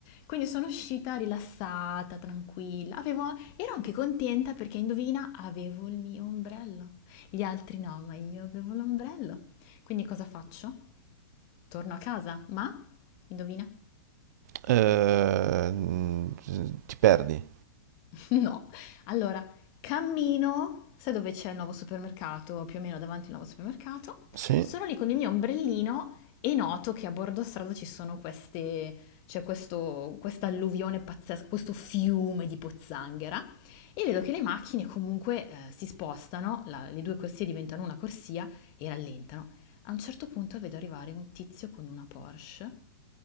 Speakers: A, on the left (about 30°); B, on the right (about 50°).
A: quindi sono uscita rilassata, tranquilla. Avevo, ero anche contenta perché indovina, avevo il mio ombrello. Gli altri no, ma io avevo l'ombrello. Quindi cosa faccio? Torno a casa, ma indovina?
B: Ehm, ti perdi?
A: <laughs> No, allora cammino, sai dove c'è il nuovo supermercato, più o meno davanti al nuovo supermercato,
B: Sì.
A: sono lì con il mio ombrellino e noto che a bordo strada ci sono queste, c'è questo, questa alluvione pazzesca, questo fiume di pozzanghera e vedo che le macchine comunque eh, si spostano, la- le due corsie diventano una corsia e rallentano. A un certo punto vedo arrivare un tizio con una Porsche